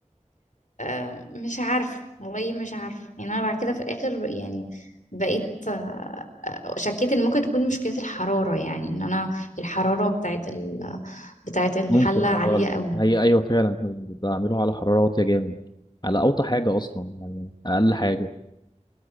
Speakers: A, on the left; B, on the left.
A: آه، مش عارفه والله مش عارفه يعني انا بعد كده في الاخر يعني بقيت آه، آه، شكيت ان ممكن تكون مشكله الحراره يعني ان انا الحراره بتاعت ال بتاعت الحله
B: ممكن أو
A: عاليه قوي
B: هي أيوة فعلا احنا بعمله على حرارة واطية جامد على أوطى حاجة أصلا يعني أقل حاجة